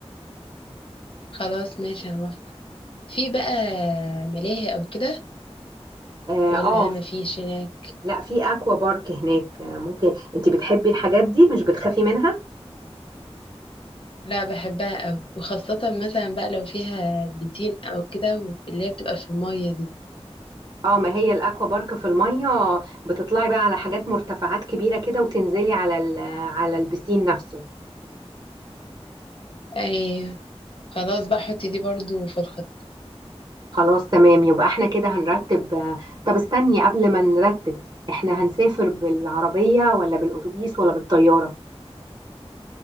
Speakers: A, on the left; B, on the right.
A: خلاص ماشي هنوافق في بقى ملاهي او كده
B: اه,
A: ولا
B: آه ف-
A: ما فيش هناك
B: لا في اكوا بارك هناك آه ممكن انت بتحبي الحاجات دي مش بتخافي منها
A: لا بحبها أوي وخاصة مثلا بقى لو فيها بيتين أو كده واللي هي بتبقى في المية دي
B: اه ما هي الاكوا بارك في الميه بتطلعي بقى على حاجات مرتفعات كبيره كده وتنزلي على ال- على البسين نفسه
A: أي خلاص بقى حطي دي برضو في الخط
B: خلاص تمام يبقى احنا كده هنرتب آه، طب استني قبل ما نرتب احنا هنسافر بالعربية ولا بالأتوبيس ولا بالطيارة